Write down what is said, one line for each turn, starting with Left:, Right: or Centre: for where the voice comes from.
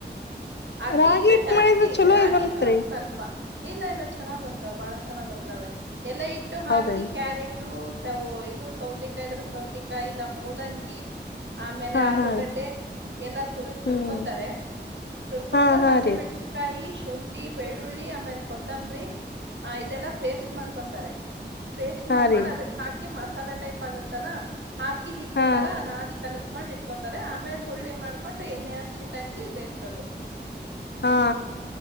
Right: ಅಕ್ಕಿ
Left: ರಾಗಿ
Right: ಹಿಟ್ಟು
Left: ಹಿಟ್
Right: ಜಾಸ್ತಿ
Left: ಮಾಡಿದ್ರೆ ಚಲೋ
Right: ರಾಗಿ
Left: ಬರತ್ರಿ
Right: ಹಿಟ್ಟು ಒಂದ್ ಸ್ವಲ್ಪ. ಇಲ್ಲ ಇಲ್ಲ ಚೆನ್ನಾಗ್ ಬರ್ತಾವ ಬಾಳ ಚೆನ್ನಾಗ್ ಬರ್ತಾವ ಎಲೆ ಇಟ್ಟು ಹಾಕಿ
Left: ಹೌದೇನ್ರಿ
Right: ಕ್ಯಾರೆಟ್. ಟು ಇದು ಸೌತೆಕಾಯಿ ಇದ್ರೆ ಸೌತೆಕಾಯಿ ಇಲ್ಲ ಮೂಲಂಗಿ ಆಮೇಲೆ
Left: ಹಾ
Right: ಆಲೂಗಡ್
Left: ಹಾ ರೀ
Right: - ಮ ಎಲ್ಲ ತು
Left: ಹ್ಮ್
Right: ತುರ್ಕೋತಾರೆ ತುರ್ಕೊಂಡು
Left: ಹಾ ಹಾ
Right: ಹಸಿ
Left: ರೀ
Right: ಮೆಣ್ಸಿ ಕಾಯಿ ಶುಂಟಿ ಬೆಳ್ಳುಳ್ಳಿ ಆ ಮೇಲ್ ಕೊತ್ತಂಬ್ರಿ. ಆ ಇದೆಲ್ಲಾ ಪೇಸ್ಟ್ ಮಾಡ್ಕೊಂತಾರೆ. ಪೇಸ್ಟ್
Left: ಹಾ
Right: ಮಾಡ್ಕೊಂಡ್
Left: ರೀ
Right: ಅದಕ್ ಹಾಕಿ ಮಸಾಲ ಟೈಪ್ ಆಗತ್ತಲ್ಲಾ ಹಾಕಿ ಹಿಟ್ಟತರ
Left: ಹಾ
Right: ನಾದಿ ಕಲಸ್ -- ಕೊಂಡ್ ಇಟ್ಕೋತಾರೆ ಆಮೇಲೆ ಹುಳ್ಳಿ ಮಾಡ್ಕೊಂಡು ಎಣ್ಣೆ ಹಚ್ಚಿ ತಟ್ಟಿ ಬೇಯ್ಸೋದು.
Left: ಹಾ